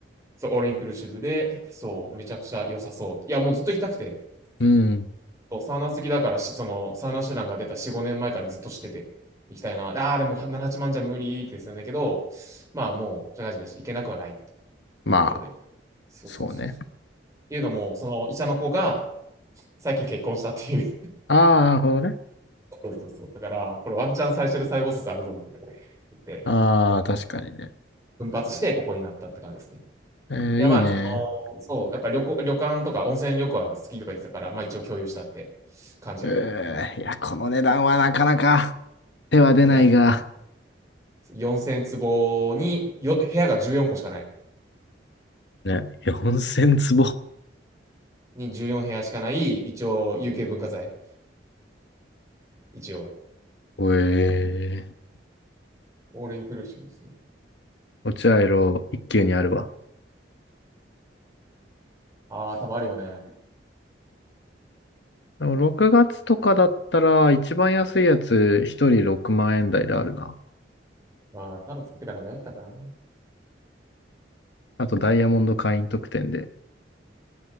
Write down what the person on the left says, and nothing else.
うん。
まあ、
そうね。
ああ、なるほどね。
ああ、確かにね。
えー、
いいね。
う
ーいや、この値段はなかなか手は出ないが、
ね、4000坪。
ええ
落合ロ一級にあるわ。
でも6月とかだったら、一番安いやつ、一人6万円台であるな。
あと、ダイヤモンド会員特典で、